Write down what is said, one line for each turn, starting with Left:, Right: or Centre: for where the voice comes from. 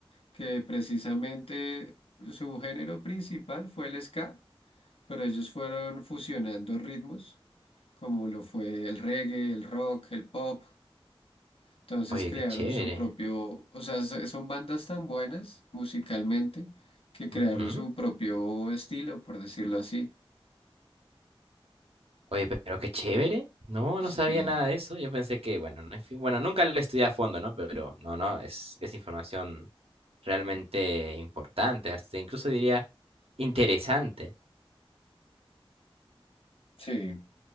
Left: que precisamente su género principal fue el ska, pero ellos fueron fusionando ritmos. como lo fue el reggae, el rock, el pop. Entonces
Right: oye,
Left: crearon
Right: qué chévere.
Left: su propio, o sea, so- son bandas tan buenas musicalmente que crearon
Right: Ujú.
Left: su propio estilo, por decirlo así.
Right: Oye, pero qué chévere. No,
Left: Sí,
Right: no sabía nada de eso. Yo pensé que, bueno, no, en fin, bueno, nunca lo estudié a fondo, ¿no? Pero no, no, es, es información realmente importante, hasta incluso diría interesante.
Left: sí.